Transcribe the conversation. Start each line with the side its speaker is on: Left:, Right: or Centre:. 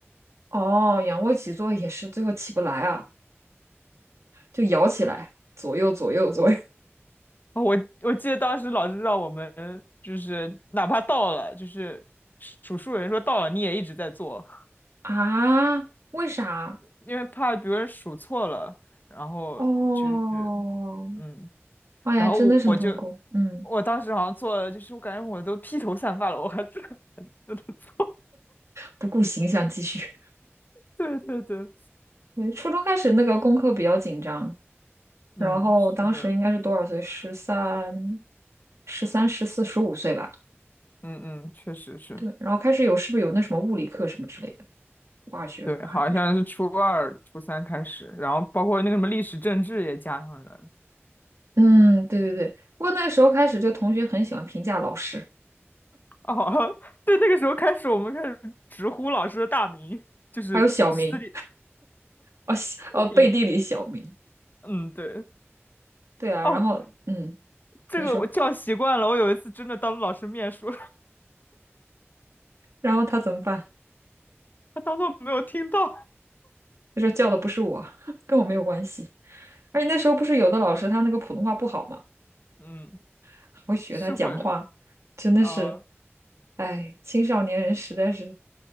Right: 哦，仰卧起坐也是，最后起不来啊，就摇起来，左右左右左右
Left: 哦，我我记得当时老师让我们就是哪怕到了，就是数数人说到了，你也一直在做，
Right: <laughs> 啊？为啥？
Left: 因为怕别人数错了，然后就是
Right: 哦，
Left: 嗯，
Right: 哎呀，
Left: 然后我我就
Right: 真的是很痛苦。嗯，
Left: 我当时好像做了，就是我感觉我都披头散发了，我还是 <laughs>
Right: 不顾形象继续。
Left: 对对对，
Right: <laughs> 对，初中开始那个功课比较紧张，
Left: 嗯，
Right: 然后当时应该是多少岁？
Left: 是的，
Right: 十三、十三、十四、十五岁吧。
Left: 嗯嗯，确实是，
Right: 对，然后开始有是不是有那什么物理课什么之类的，化学课还不是？
Left: 对，好像是初二、初三开始，然后包括那个什么历史政治也加上了，
Right: 嗯，对对对。不过那个时候开始，就同学很喜欢评价老师，
Left: 哦，<laughs> 对，那个时候开始，我们开始直呼老师的大名，就是私立，
Right: 还有小明。哦西哦背地里小名，
Left: 嗯，嗯对，
Right: 对啊，
Left: 哦，
Right: 然后嗯，
Left: 这个我叫习惯了。
Right: 你说，
Left: 我有一次真的当着老师面说，
Right: 然后他怎么办？
Left: <laughs> 他当做没有听到。
Right: 他说叫的不是我，<laughs> 跟我没有关系。而且那时候不是有的老师他那个普通话不好嘛，
Left: 嗯，
Right: <laughs> 还会学他讲话，
Left: 是会，
Right: 真的是，
Left: 啊、
Right: 哎，青少年人实在是